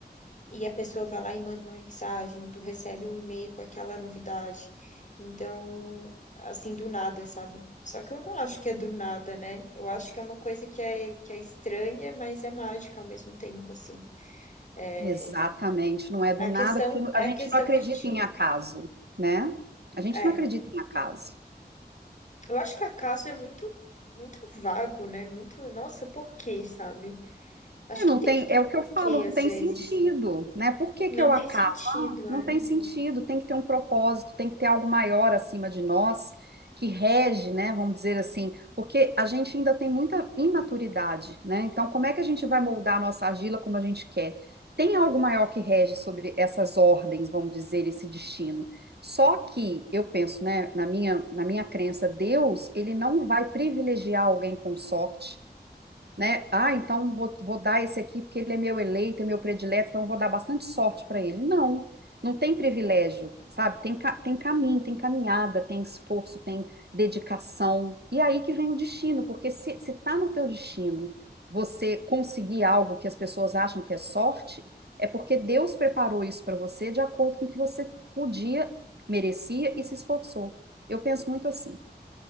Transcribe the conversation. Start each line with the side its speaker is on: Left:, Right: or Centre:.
Left: e a pessoa vai lá e manda uma mensagem ou tu recebe um e-mail com aquela novidade. Então, assim, do nada, sabe? Só que eu não acho que é do nada, né? Eu acho que é uma coisa que é, que é estranha, mas é mágica ao mesmo tempo, assim. É,
Right: Exatamente, não é do
Left: a
Right: nada,
Left: questão,
Right: porque
Left: é
Right: a gente
Left: a questão
Right: não acredita
Left: que a gente.
Right: em acaso, né? A gente
Left: é,
Right: não acredita em acaso.
Left: Eu acho que acaso é muito, muito vago, né? Muito, nossa, por quê, sabe? Acho
Right: É, não
Left: que tem
Right: tem,
Left: que ter
Right: é o
Left: um porquê,
Right: que eu falo,
Left: às
Right: não tem
Left: vezes.
Right: sentido, né? Por que
Left: Não
Right: que é o
Left: tem
Right: acaso?
Left: sentido,
Right: Ah,
Left: né?
Right: não tem sentido, tem que ter um propósito, tem que ter algo maior acima de nós que rege, né? Vamos dizer assim, porque a gente ainda tem muita imaturidade, né? Então, como é que a gente vai moldar a nossa argila como a gente quer? Tem algo maior que rege sobre essas ordens, vamos dizer, esse destino. Só que eu penso, né, na minha, na minha crença, Deus, ele não vai privilegiar alguém com sorte né? Ah, então vou, vou dar esse aqui porque ele é meu eleito, é meu predileto, então eu vou dar bastante sorte para ele. Não, não tem privilégio, sabe? Tem, ca- tem caminho, tem caminhada, tem esforço, tem dedicação. E aí que vem o destino, porque se, se tá no teu destino você conseguir algo que as pessoas acham que é sorte, é porque Deus preparou isso para você de acordo com o que você podia, merecia e se esforçou. Eu penso muito assim.